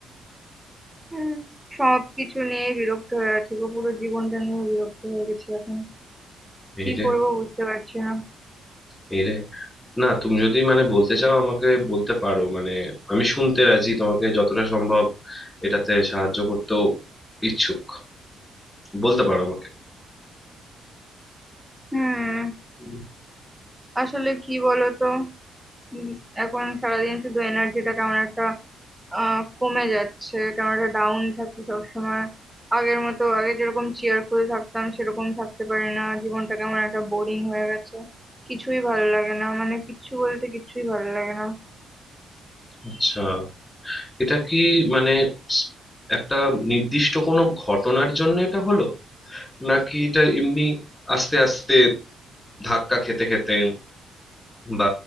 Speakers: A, in the centre; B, on the left (about 20°).
A: হুম সব কিছু নিয়ে বিরক্ত হয়ে আছি গো পুরো জীবনটা নিয়ে বিরক্ত হয়ে গেছি এখন কি
B: হিরে
A: করব বুঝতে পারছি না
B: হিরে না তুমি যদি মানে বলতে চাও আমাকে বলতে পারো মানে আমি শুনতে রাজি তোমাকে যতটা সম্ভব এটাতে সাহায্য করতেও ইচ্ছুক বলতে পারো আমাকে
A: হুম
B: হুম।
A: আসলে কি বলো তো উম, এখন সারাদিন শুধু এনার্জিটা কেমন একটা আহ কমে যাচ্ছে কারণ একটা ডাউন থাকি সবসময় আগের মতো আগে যেরকম চেয়ারফুল থাকতাম সেরকম থাকতে পারি না জীবনটা কেমন একটা বোরিং হয়ে গেছে কিছুই ভালো লাগে না মানে কিচ্ছু বলতে কিচ্ছুই ভালো লাগে না
B: আচ্ছা এটা কি মানে স- একটা নির্দিষ্ট কোনো ঘটনার জন্য এটা হলো নাকি এটা এমনি আস্তে আস্তে ধাক্কা খেতে খেতে বা